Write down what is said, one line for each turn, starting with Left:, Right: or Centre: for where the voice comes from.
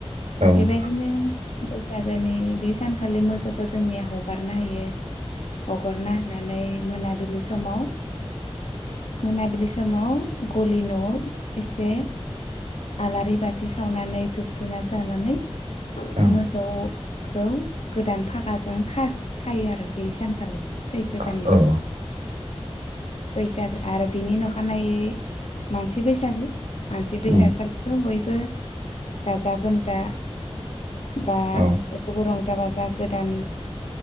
Right: ओं
Left: बेबायदिनो बैसागु बे सानखालि मोसौखौ जोंनिया हगारना हायो हगारना होननानै मोनाबिलि समाव मोनाबिलि समाव समाव गलि न'आव एसे आलारि बाथि सावनानै धुुबधुना जानानै
Right: औ
Left: मोसौ खौ गोदान फागाजों खायो आरो बे सानखालि सैथो दाननि
Right: औ
Left: बैसागो आरो बिनि अखानायै मानसि बैसागो मानसि बैसागो
Right: उम
Left: खालिथ' बयबो गाजा गोमजा बा
Right: औ
Left: बयखौबो रंजा रंजा बाजा गोदान